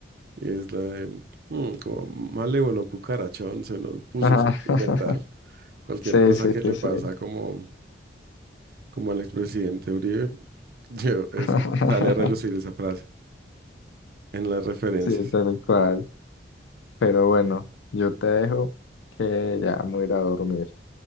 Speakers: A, on the right; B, on the left.
A: Y es la de, mm, como malévolo cucarachón, se nos puso
B: Ajá.
A: sentimental.
B: <laughs>
A: Cualquier
B: Sí,
A: cosa
B: sí,
A: que
B: sí,
A: le
B: sí.
A: pasa como, como al expresidente Uribe, <laughs> yo- es-
B: <laughs>
A: sale a relucir esa frase en las referencias.
B: Sí, tal cual. Pero bueno, yo te dejo que ya me voy a ir a dormir.